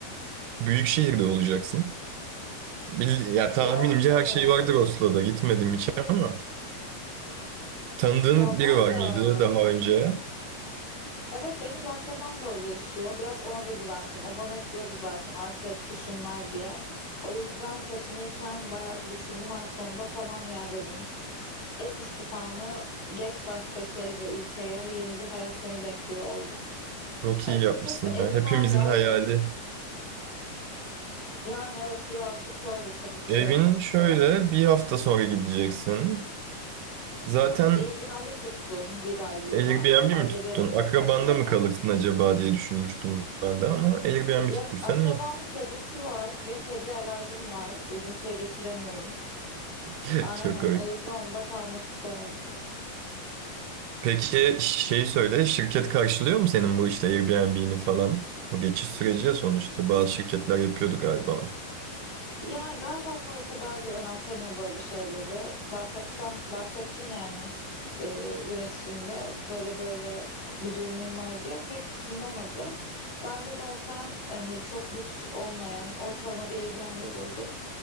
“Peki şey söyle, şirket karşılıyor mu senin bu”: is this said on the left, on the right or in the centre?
Right